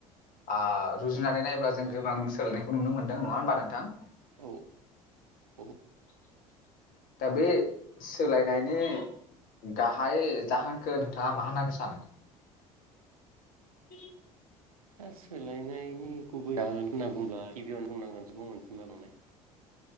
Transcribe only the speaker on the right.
औ।
औ
दा सोलायनायनि गुबै जाहोन होनना बुंब्ला गिबियावनो बुंनांगोन सुबुं अनजिमा बांनाय।